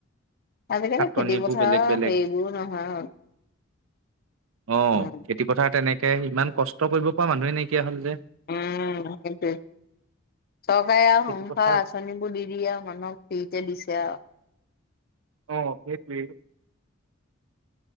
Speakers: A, on the left (about 50°); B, on the right (about 75°).
A: আজিকালি
B: খাটনিবোৰ
A: খেতি পথাৰৰ
B: বেলেগ বেলেগ।
A: হেৰি বোৰো নোহোয়া হল
B: অ
A: উম
B: খেতি পথাৰ তেনেকে ইমান কষ্ট কৰিব পৰা মানুহে নাইকিয়া হ'ল যে
A: উম সেইটোৱে চৰকাৰে আৰু
B: খেতি
A: সংসাৰ
B: পথাৰ
A: আঁচনিবোৰ দি দিয়ে আৰু মানুহক ফ্ৰিতে দিছে আৰু
B: অ সেইটোৱে